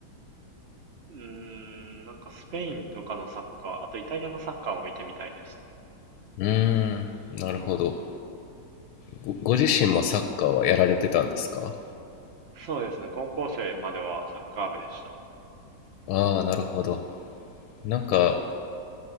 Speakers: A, on the right; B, on the left.
A: うーん、なんかスペインとかのサッカー、あとイタリアのサッカーを見てみたいですね。
B: うーん。なるほど。ご、ご自身もサッカーはやられてたんですか
A: そうですね。高校生まではサッカー部でした。
B: ああー、なるほど。なんか、